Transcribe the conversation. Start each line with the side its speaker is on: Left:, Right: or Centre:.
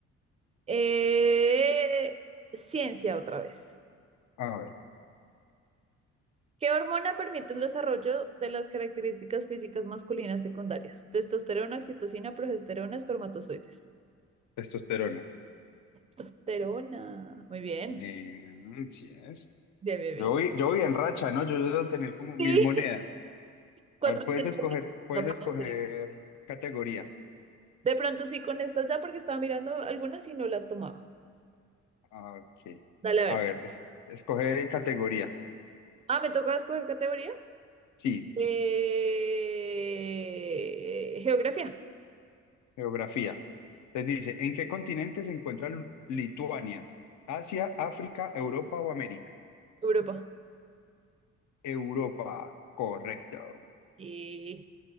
Right: eh, ciencia otra vez.
Left: A ver,
Right: ¿Qué hormona permite el desarrollo de las características físicas masculinas secundarias? Testosterona, oxitocina, progesterona, espermatozoides.
Left: testosterona.
Right: Testosterona. Muy bien.
Left: Eh, sí es.
Right: Bien, bien, bien.
Left: Yo voy, yo voy en racha, ¿no? Yo debo tener como
Right: Sí.
Left: mil monedas.
Right: cuatrocientos
Left: A ver, puedes escoger, puedes
Right: No puede
Left: escoger
Right: ser.
Left: categoría.
Right: De pronto sí con estas ya porque estaba mirando algunas y no las tomaba.
Left: Ah, Ok.
Right: Dale, a
Left: A
Right: ver.
Left: ver, es- escoger categoría.
Right: Ah, me toca escoger categoría.
Left: Sí,
Right: Eh, geografía,
Left: geografía. Les dice, ¿en qué continente se encuentra Lu- Lituania? ¿Asia, África, Europa o América?
Right: Europa.
Left: Europa, correcto.
Right: Y